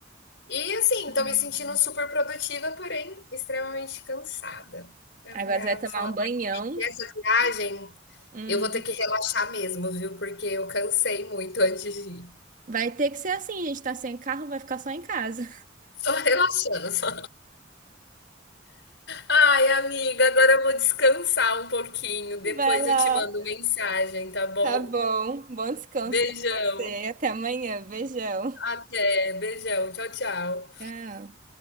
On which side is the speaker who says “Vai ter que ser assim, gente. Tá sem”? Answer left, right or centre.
Right